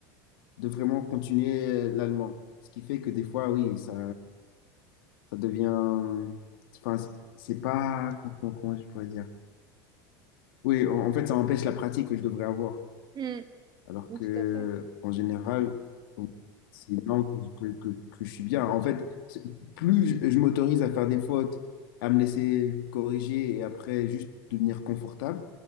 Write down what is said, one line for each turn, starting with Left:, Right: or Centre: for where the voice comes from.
Left: de vraiment continuer l'allemand. Ce qui fait que des fois, oui, ça, ça devient... Enfin, c'est pas... Comment, comment je pourrais dire? Oui, en en fait, ça empêche la pratique que je devrais avoir.
Right: Hmm.
Left: Alors
Right: Tout
Left: que,
Right: à fait.
Left: en général, bon, c'est une langue que, que, que je suis bien. En fait, c'est- plus je, je m'autorise à faire des fautes, à me laisser corriger et après juste devenir confortable